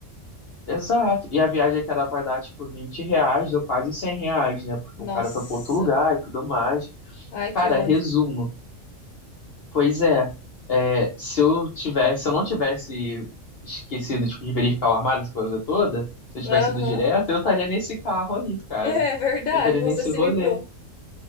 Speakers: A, on the left (about 55°); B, on the left (about 80°).
A: exato. E a viagem que era pra dar, tipo, 20 reais, deu quase 100 reais, né? Porque
B: Nossa.
A: o cara foi pro outro lugar e tudo mais.
B: Ai, que
A: Cara,
B: ódio.
A: resumo. Pois é, é, se eu tivesse, se eu não tivesse esquecido, tipo, de verificar o armário, essa coisa toda, se eu tivesse
B: Aham.
A: ido direto,
B: <laughs>
A: eu estaria nesse carro aí, cara.
B: É verdade,
A: Eu estaria
B: você
A: nesse
B: se
A: rolê.
B: livrou.